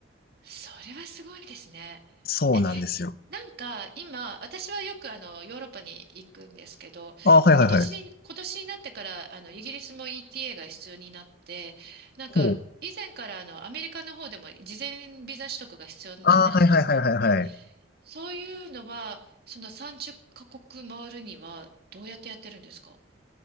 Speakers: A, on the right; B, on the left.
A: それはすごいですね。
B: そうなんですよ。
A: え、なんか今、私はよくあの、ヨーロッパに行くんですけど、
B: ああ、はいはいはい。
A: 今年に、今年になってから、あの、イギリスも ETA が必要になって、なんか、
B: ほう。
A: 以前からあの、アメリカの方でも事前ビザ取得が必要になったりするじゃないですか。
B: ああ、はいはいはいはいはい。
A: そういうのは、その30カ国回るにはどうやってやってるんですか